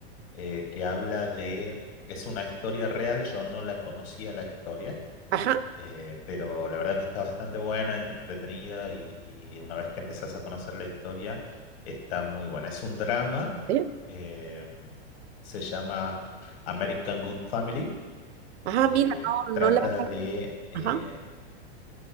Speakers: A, on the left (about 70°); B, on the right (about 85°).
A: eh, que habla de... Es una historia real, yo no la conocía la historia
B: ajá. A
A: Eh, pero la verdad que está bastante buena, entretenida y, y una vez que empezás a conocer la historia, está muy buena. Es un drama,
B: ver.
A: eh, se llama American Good Family,
B: Ah,
A: eh,
B: mira, no,
A: trata
B: no la.
A: de, eh,
B: Ajá.